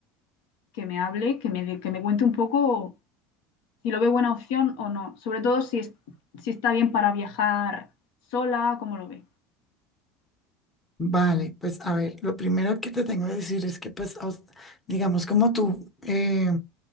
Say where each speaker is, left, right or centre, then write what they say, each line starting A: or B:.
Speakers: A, on the left; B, on the left.
A: que me hable, que me, dé- que me cuente un poco si lo ve buena opción o no. Sobre todo si, es- si está bien para viajar sola, ¿cómo lo ve?
B: Vale, pues a ver, lo primero que te tengo que decir es que pues, a us- digamos como tú, eh,